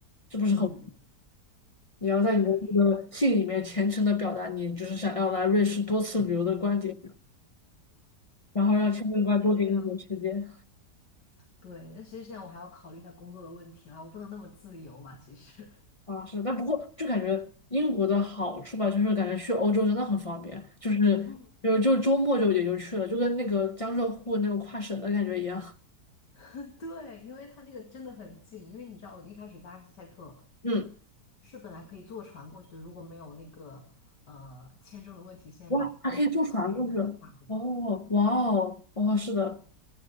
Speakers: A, on the left; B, on the left.
A: 这不是很
B: 嗯，
A: 你要在你的那个信里面虔诚的表达你就是想要来瑞士多次旅游的观点，
B: 确实是
A: 然后让签证官多给你一点时间
B: 这样。对，那其实现在我还要考虑一下工作的问题啦，我不能那么自由嘛，其实。
A: 啊，是，但不过就感觉英国的好处吧，就是感觉去欧洲真的很方便，就是就就周末就也就去了，
B: <laughs>
A: 就跟那个江浙沪那种跨省的感觉一样，
B: 嗯，对，因为它那个真的很近，因为你知道我一开始在阿克塞特，
A: 嗯。
B: 是本来可以坐船过去的，如果没有那个呃签证的问题限制，
A: 哇，还可以坐船过去，
B: 我们一个小时就到法国了，
A: 哦，哇哦，哦，是的，